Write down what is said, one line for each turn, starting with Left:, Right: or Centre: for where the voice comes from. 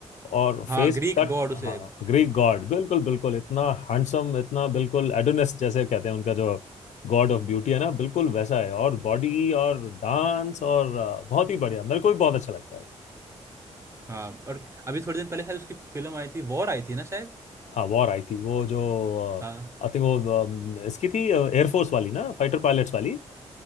Left: और फेस
Right: हाँ ग्रीक
Left: कट
Right: गॉड उसे
Left: हाँ ग्रीक गॉड बिल्कुल बिल्कुल इतना हैंडसम इतना बिल्कुल एडोनिस जैसे कहते हैं उनका जो गॉड ऑफ ब्यूटी है ना बिल्कुल वैसा है और बॉडी और डांस और अ, बहुत ही बढ़िया मेरे को भी बहुत अच्छा लगता है वो
Right: हाँ और अभी थोड़े दिन पहले शायद उसकी फिल्म आई थी वॉर आई थी ना शायद
Left: हाँ वॉर आई थी वो जो
Right: हाँ
Left: आई थिंक वो अम, इसकी थी एयरफोर्स वाली ना फाइटर पायलट्स वाली